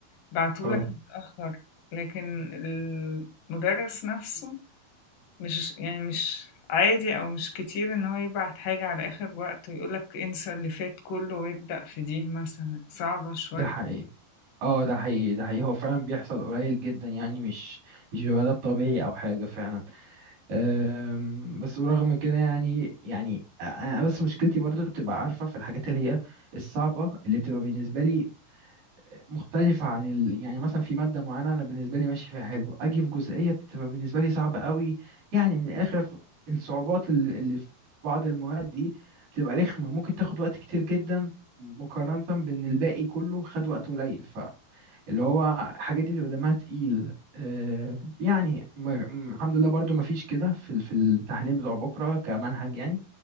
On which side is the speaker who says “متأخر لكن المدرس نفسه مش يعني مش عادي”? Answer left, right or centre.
Left